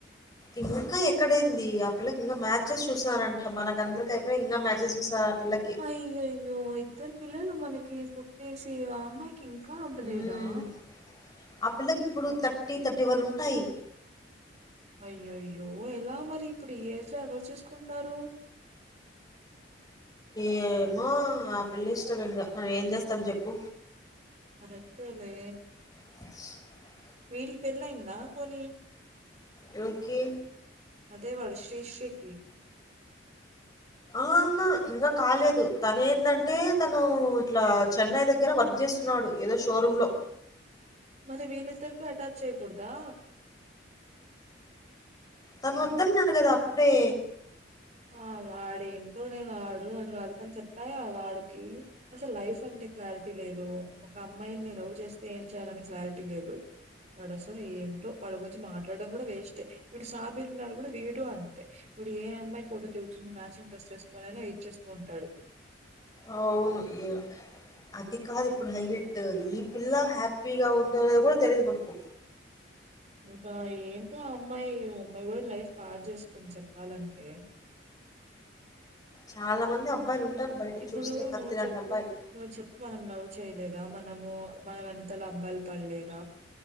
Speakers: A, on the left (about 20°); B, on the right (about 35°).
A: ఇంకా ఎక్కడైంది ఆ పిల్లకి ఇంకా మ్యాచెస్ చూసారంట మనక అందరికి అయిపోయి ఇంకా మ్యాచెస్ చూసార ఆ పిల్లకి
B: అయ్యోయ్యో ఇద్దరు పిల్లలు మనకి పుట్టేసి ఆ అమ్మాయికి ఇంకా అవ్వలేదా
A: హ్మ్. ఆ పిల్లకి ఇప్పుడు థర్టీ థర్టీ వన్ ఉంటాయి
B: అయ్యోయ్యో ఎలా మరి ఇప్పుడు ఈ ఏజ్ లో ఎవరు చేసుకుంటారు
A: ఏమో ఆ పిల్ల ఇష్టం ఇంకా మనం ఏం చేస్తాం చెప్పు
B: మరి అంతే లే
A: <inaudible>
B: వీడికి పెళ్ళయిందా పోనీ
A: ఎవరికి
B: అదే వాడు శ్రీశ్రీకి
A: ఆహా ఇంకా కాలేదు తను ఏందంటే తను ఇట్లా చెన్నై దగ్గర దగ్గర వర్క్ చేస్తున్నాడు ఏదో షోరూమ్ లో
B: మరి వీళ్ళిద్దరికి అటాచ్ చేయ్యకూడదా
A: తను వద్దన్నాడు కదా అప్పుడే
B: ఆ వాడు ఏంటోలే వాడు వాడి వాలకం చెప్పాగా వాడికి అసలు లైఫ్ అంటే క్లారిటీ లేదు ఒక అమ్మాయినీ లవ్ చేస్తే ఏం చేయాలని క్లారిటీ లేదు వాడు అసలు ఏం వాళ్ళ గురించి మాట్లాడడం కూడా వేస్టే ఈడు సాబిర్ ఉన్న వీడు కూడా వీడు అంతే ఏ అమ్మాయి ఫోటో తిగుతుంది మ్యాచింగ్ డ్రెస్లువెసుకోనీ వెయిట్ చేస్తూ ఉంటాడు
A: అవును ఏ అది కాదు ఇప్పుడు హైలైట్ ఈ పిల్ల హ్యాపీగా ఉందో లేదో కూడా తెలియదు మనకు
B: ఇంకా ఏంటో ఆ అమ్మాయి అమ్మాయి కూడా లైఫ్ పాడు చేసుకుంది చెప్పాలంటే
A: చాలా మంది అబ్బాయిలు ఉంటారు బయట
B: ఇప్పుడు
A: చూస్తే కత్తిలాంటి
B: నువ్వు చెప్పు
A: అబ్బాయిలు
B: నువ్వు చెప్పు మనం లవ్ చేయలేద మనము మనం వెనకాల అబ్బాయిలు పడలేద